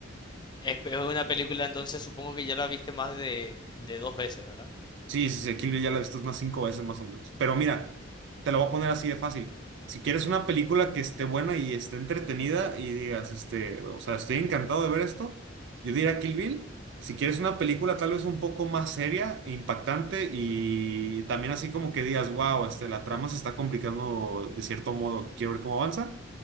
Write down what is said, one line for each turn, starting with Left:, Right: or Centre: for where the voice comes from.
Left: Es, es una película, entonces supongo que ya la viste más de, de dos veces, ¿verdad?
Right: Sí, sí, sí, Kill Bill ya la he visto unas cinco veces más o menos. Pero mira, te lo voy a poner así de fácil. Si quieres una película que esté buena y esté entretenida y digas, este, o sea, estoy encantado de ver esto, yo diría Kill Bill. Si quieres una película tal vez un poco más seria e impactante y también así como que digas, wow, este, la trama se está complicando de cierto modo, quiero ver cómo avanza.